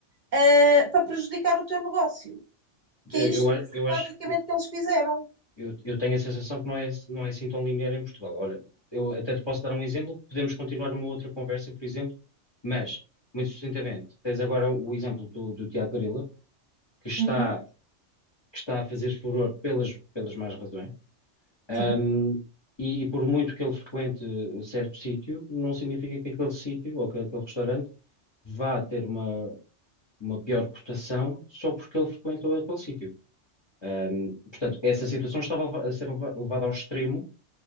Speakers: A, on the right (about 45°); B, on the left (about 25°).
A: ah, para prejudicar o teu negócio. Que
B: eh,
A: é isto
B: eu, a-
A: que
B: eu
A: basicamente
B: acho,
A: que eles fizeram.
B: eu, eu tenho a sensação que não é, não é assim tão linear em Portugal. Olha, eu até te posso dar um exemplo, podemos continuar numa outra conversa, por exemplo, mas, muito sucintamente, tens agora o exemplo do, do Tiago Grila, que está,
A: Uhum,
B: que está a fazer furor pelas, pelas más razões. Ahm,
A: sim.
B: e, e por muito que ele frequente certo sítio, não significa que aquele sítio ou que aquele restaurante vá ter uma, uma pior cotação só porque ele frequentou aquele sítio. Ahm, portanto, essa situação estava a ser leva- levada ao extremo